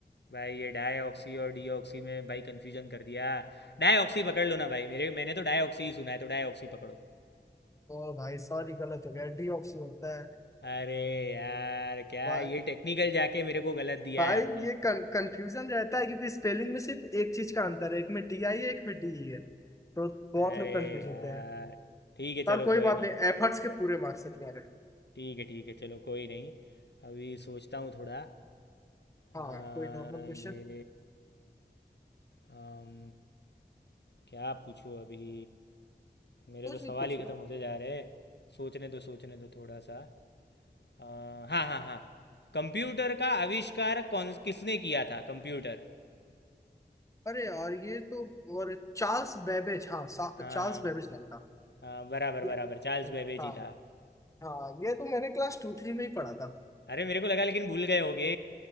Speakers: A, on the left; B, on the left.
A: भाई ये डाईऑक्सी और डीऑक्सी में भाई कंफ्यूजन कर दिया डाईऑक्सी पकड़ लो ना भाई मेरे मैंने तो डाईऑक्सी ही सुना है तो डाईऑक्सी पकड़ो
B: ओ भाई सॉरी गलत हो गया डीऑक्सी होता
A: अरे यार क्या
B: है
A: ये टेक्निकल जाके मेरे को गलत दिया
B: भाई
A: है आपने
B: ये कंफ्यूजन रहता है क्योंकि स्पेलिंग में सिर्फ एक चीज का अंतर है एक में टी आई है एक में डी ई है तो बहुत
A: अरे
B: लोग कंफ्यूज
A: यार
B: होते हैं
A: ठीक है
B: पर
A: चलो
B: कोई
A: कोई
B: बात
A: नहीं
B: नहीं एफर्ट्स के पूरे मार्क्स है तुम्हारे
A: ठीक है ठीक है चलो कोई नहीं अभी सोचता हूँ थोड़ा अ,
B: हाँ कोई नॉर्मल क्वेश्चन
A: ये अम, क्या पूछूँ अभी मेरे
B: कुछ
A: तो सवाल
B: भी पूछ
A: ही
B: लो
A: ख़त्म होते जा रहे हैं सोचने दो सोचने दो थोड़ा सा अ, हाँ हाँ हाँ कंप्यूटर का आविष्कार कौन किसने किया था कंप्यूटर
B: अरे यार ये तो और चार्ल्स बेबेज हाँ सा-
A: हाँ
B: चार्ल्स बेबेज नाम था
A: हाँ बराबर
B: ये
A: बराबर चार्ल्स बेबेज
B: हाँ
A: ही था
B: हाँ ये तो मैंने क्लास टू थ्री में ही पढ़ा था
A: अरे मेरे को लगा लेकिन भूल गए होगे